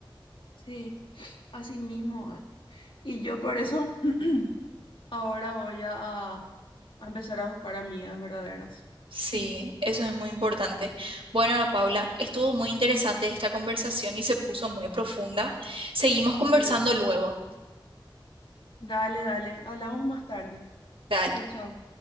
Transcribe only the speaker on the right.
Sí,
eso es muy importante. Bueno, Ana Paula, estuvo muy interesante esta conversación y se puso muy profunda. Seguimos conversando
luego.
Dale.